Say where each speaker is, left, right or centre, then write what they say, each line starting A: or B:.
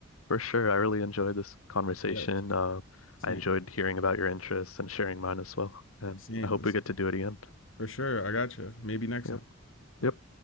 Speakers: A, on the left; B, on the left.
A: for sure. I really enjoyed this conversation.
B: Yes.
A: Uh,
B: Same.
A: I enjoyed hearing about your interests and sharing mine as well. And
B: Same.
A: I hope we get to do it again.
B: For sure. I got you. Maybe next
A: Yep.
B: time. Bye.
A: Yep.